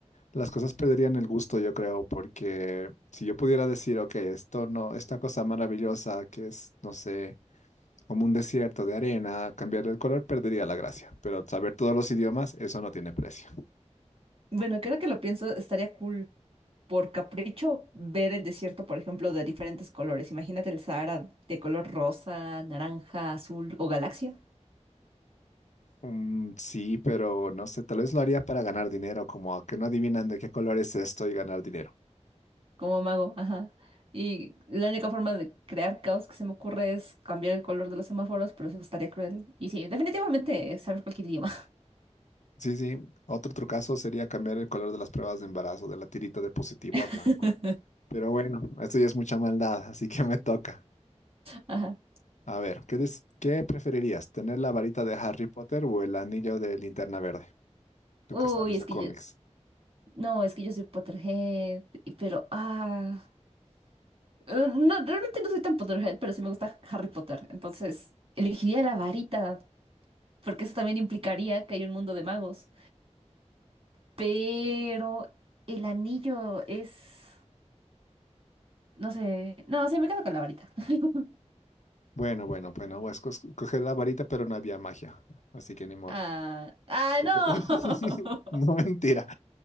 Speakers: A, on the left; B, on the right.
A: las cosas perderían el gusto, yo creo, porque si yo pudiera decir, ok, esto no, esta cosa maravillosa que es, no sé, como un desierto de arena, cambiarle el color perdería la gracia. Pero saber todos los idiomas, eso no tiene precio.
B: Bueno, creo que lo pienso, estaría cool. por capricho ver el desierto, por ejemplo, de diferentes colores. Imagínate el Sahara de color rosa, naranja, azul o galaxia,
A: Mm, sí, pero no sé, tal vez lo haría para ganar dinero, como a que no adivinan de qué color es esto y ganar dinero.
B: como mago, ajá. Y la única forma de crear caos que se me ocurre es cambiar el color de los semáforos, pero eso estaría cruel. Y sí, definitivamente saber cualquier idioma.
A: Sí, sí. Otro trucazo sería cambiar el color de las pruebas de embarazo, de la tirita de positivo
B: <laughs>
A: a blanco. Pero bueno, esto ya es mucha maldad, así que me toca.
B: Ajá.
A: A ver, ¿qué, des- qué preferirías? ¿Tener la varita de Harry Potter o el anillo de Linterna Verde? Tú
B: Uy,
A: que sabes
B: es
A: de
B: que
A: cómics.
B: yo, no, es que yo soy Potterhead, y- pero, ah, eh, no, realmente no soy tan Potterhead, pero sí me gusta Harry Potter, entonces elegiría la varita porque eso también implicaría que hay un mundo de magos. Pero el anillo es... No sé. No, sí, me quedo con la varita. <laughs>
A: Bueno, bueno, bueno, pues cos- coger la varita, pero no había magia, así que ni modo.
B: Ah, ah,
A: <laughs>
B: no.
A: No mentira.